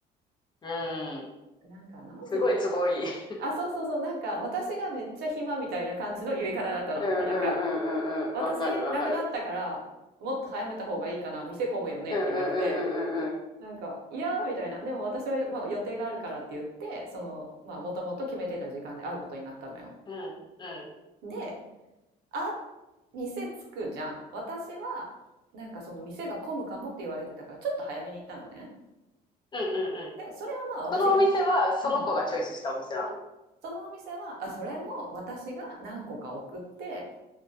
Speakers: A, on the left; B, on the right.
A: うんうん。うん。
B: なんかなんて言ってたか
A: すごいすごいい。<laughs>
B: な。あ、そうそうそう。なんか私がめっちゃ暇みたいな感じの言い方だったの。
A: うんうんうんうんうん。
B: なんか私なくなったからもっと早めた方がいいかな、
A: わかるわかる。
B: 店混むよねって言われて。
A: うんうんうんうんうんうん。
B: なんか「いや」みたいなでも私は、まあ、予定があるからって言ってそのまあもともと決めてた時間で会うことになったのよ。
A: うんうん
B: であ店着くじゃん私はなんかその店が混むかもって言われてたからちょっと早めに行ったのね。
A: うんうん。
B: でそれはまあ私が、
A: そのお店は、その子がチョイスしたお店なの
B: うん、そのお店はあそれも私が何個か送って